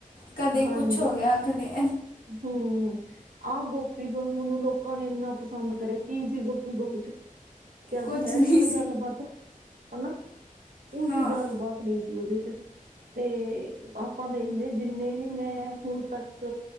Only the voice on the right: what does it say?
ਹਾਂਜੀ
ਹਮ ਆਹ ਗੋਪੀ ਦੀ ਬਹੂ ਨੂੰ ਲੋਕਾਂ ਨੇ ਇੰਨਾ ਪਸੰਦ ਕਰਿਆ, ਕੀ ਸੀ ਗੋਪੀ ਬਹੁੂ ਚ ਕਿਆ
ਸੀ ਹੈ
ਸੀ ਕੋਈ ਗੱਲਬਾਤ ਹੈਨਾ ਕੁਛ
ਗੱਲਬਾਤ ਨੀ ਸੀ ਉਹਦੇ ਚ, ਤੇ ਆਪਾਂ ਦੇਖਦੇ ਜਿੰਨੇ ਵੀ ਮੈਂ ਹੁਣ ਤੱਕ